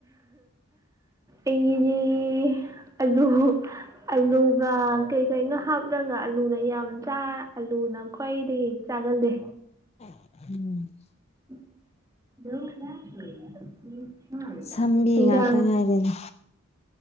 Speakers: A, on the right; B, on the left.
A: ꯑꯩꯖꯤ ꯑꯂꯨ ꯑꯂꯨꯒ ꯀꯩꯀꯩꯅꯣ ꯍꯥꯞꯂꯒ ꯑꯥꯂꯨꯅ ꯌꯥꯝ ꯆꯥꯏ ꯑꯂꯨ ꯈ꯭ꯋꯥꯏꯗꯒꯤ ꯆꯥꯒꯜꯗꯦ
B: ꯎꯝ
A: <unintelligible>
B: ꯁꯝꯕꯤ
A: ꯏꯟꯖꯥꯡ
B: ꯉꯥꯛꯇ ꯉꯥꯏꯔꯦꯅꯤ